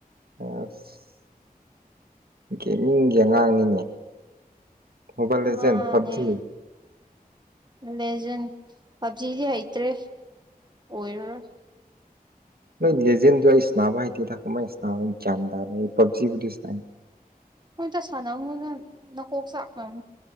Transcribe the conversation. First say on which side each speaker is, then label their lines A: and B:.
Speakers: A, on the right (about 75°); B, on the right (about 30°).
A: ꯑꯥꯁ ꯒꯦꯃꯤꯡꯒꯤ ꯑꯉꯥꯡꯅꯤꯅꯦ ꯃꯣꯕꯥꯏꯜ ꯂꯦꯖꯦꯟ
B: ꯃꯥꯅꯦ
A: ꯄꯞꯖꯤ
B: ꯂꯦꯖꯟ ꯄꯞꯖꯤꯗꯤ ꯍꯩꯇ꯭ꯔꯦ ꯑꯣꯏꯔꯔꯣꯏ
A: ꯅꯣꯏ ꯂꯦꯖꯦꯟꯗꯨ ꯑꯩꯅ ꯢꯁꯅꯥꯕ ꯍꯩꯇꯦꯗ ꯀꯃꯥꯏ ꯢꯁꯅꯥꯕ ꯒꯋꯥꯟ ꯇꯥꯗ ꯄꯞꯖꯤꯕꯨꯗꯤ ꯁꯥꯏ
B: ꯍꯣꯏꯗ ꯁꯥꯟꯅꯩꯅꯨꯗ ꯅꯀꯣꯛ ꯆꯥꯛꯅꯝ